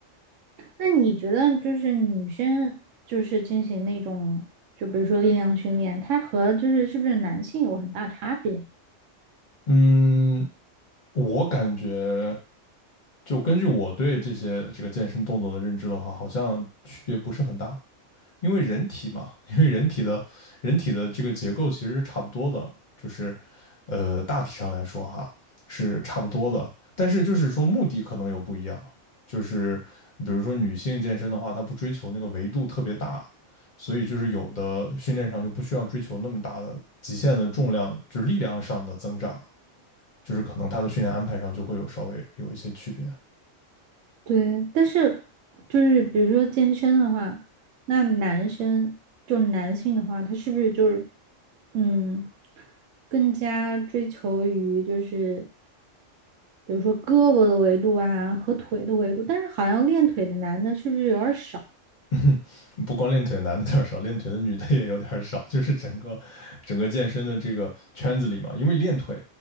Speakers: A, on the right (about 80°); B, on the left (about 45°).
A: 那你觉得就是女生就是进行那种，就比如说力量训练，它和就是是不是男性有很大差别？
B: 嗯，我感觉就根据我对这些这个健身动作的认知的话，好像区别不是很大。因为人体嘛，<laughs> 因为人体的人体的这个结构其实是差不多的，就是呃大体上来说哈是差不多的，但是就是说目的可能有不一样，就是比如说女性健身的话，她不追求那个维度特别大，所以就是有的训练上就不需要追求那么大的极限的重量，就是力量上的增长，就是可能她的训练安排上就会有稍微有一些区别。
A: 对，但是就是比如说健身的话，那男生就男性的话，他是不是就是嗯，更加追求于就是比如说胳膊的维度啊和腿的维度，但是好像练腿的男的是不是有点儿少？
B: <laughs> 不光练腿的男的有点少，练腿的女的也有点少，就是整个整个健身的这个圈子里嘛，因为练腿